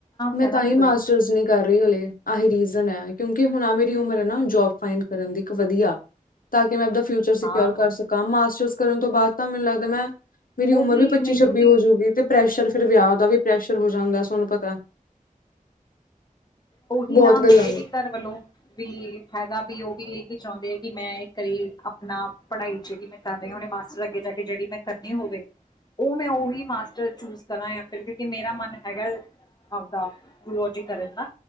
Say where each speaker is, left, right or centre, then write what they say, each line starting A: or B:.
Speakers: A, on the left (about 80°); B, on the left (about 30°).
A: ਮੈਂ
B: ਫਾਇਦਾ
A: ਤਾਂ
B: ਨਹੀਂ
A: ਹੀ ਮਾਸਟਰਸ
B: ਕੋਈ
A: ਨੀ ਕਰ ਰਹੀ ਹਲੇ, ਆਹੀ ਰੀਜ਼ਨ ਹੈ ਕਿਉਂਕਿ ਹੁਣ ਮੇਰੀ ਉਮਰ ਹੈ ਨਾ ਜੋਬ ਫਾਈਡ ਕਰਨ ਦੀ ਇੱਕ ਵਧੀਆ। ਤਾਂ ਕਿ ਮੈਂ ਆਪਦਾ ਫਿਊਚਰ ਸਿਓਰ
B: ਹਾਂ
A: ਕਰ ਸਕਾਂ, ਮਾਸਟਰਸ ਕਰਨ ਤੋਂ ਬਾਅਦ ਤਾਂ ਮੈਨੂੰ ਲੱਗਦਾ ਮੈਂ ਮੇਰੀ ਉਮਰ
B: ਉਹੀ
A: ਵੀ ਪੱਚੀ-
B: ਮੈਨੂੰ
A: ਛੱਬੀ
B: ਵੀ
A: ਹੋਜੂਗੀ, ਤੇ ਪ੍ਰੈਸ਼ਰ ਫੇਰ ਵਿਆਹ ਦਾ ਵੀ ਪ੍ਰੈਸ਼ਰ ਹੋ ਜਾਂਦਾ ਤੁਹਾਨੂੰ ਪਤਾ ਏ।
B: ਉਹੀ
A: ਬਹੁਤ
B: ਨਾ
A: ਗੱਲਾਂ
B: ਇਹਦੇ
A: ਨੇ
B: ਘਰ ਵੱਲੋਂ। ਤੇ ਹੈਗਾ ਵੀ ਉਹ ਵੀ ਇਹੀ ਚਾਹੁੰਦੇ ਆ ਕਿ ਮੈਂ ਘਰੇ ਆਪਣਾ ਪੜਾਈ ਜਿਹੜੀ ਮੈਂ ਤਾਂਵੇ ਹੁਣੇ ਮਾਸਟਰ ਅੱਗੇ ਜਾ ਕੇ ਜਿਹੜੀ ਮੈਂ ਕਰਨੀ ਹੋਵੇ। ਉਹ ਮੈਂ ਉਹੀ ਮਾਸਟਰ ਚੂਜ ਕਰਾਂ ਫੇਰ ਕਿਉਂਕਿ ਮੇਰਾ ਮਨ ਹੈਗਾ। ਆਪਦਾ ਦੋ ਜੀ ਕਰੇ ਨਾ।